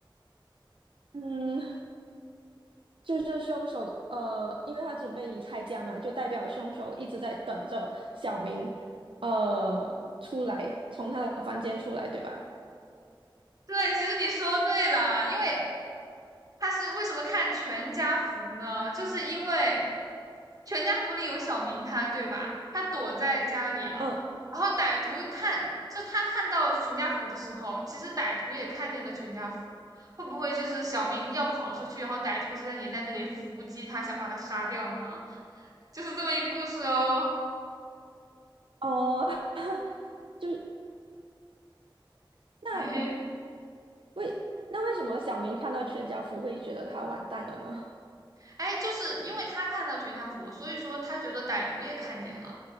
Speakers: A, on the right (about 80°); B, on the right (about 45°).
A: 嗯，就是凶手，呃，因为他准备离开家嘛，就代表凶手一直在等着小明，呃，出来，从他的房间出来，对吧？
B: 对，其实你说对了，因为他是为什么看全家福呢？就是因为。全家福里有小明他，对吧？他躲在家里了，
A: 嗯
B: 然后歹徒看，就他看到全家福的时候，其实歹徒也看见了全家福。会不会就是小明要跑出去，然后歹徒实际上也在那里伏击他，想把他杀掉呢？就是这么一个故事哦。
A: 哦，<laughs> 就是
B: <laughs>
A: 那
B: 嘿嘿，
A: 为那为什么小明看到全家福会觉得他完蛋了呢？
B: 哎，就是因为他看到全家福，所以说他觉得歹徒也看见了。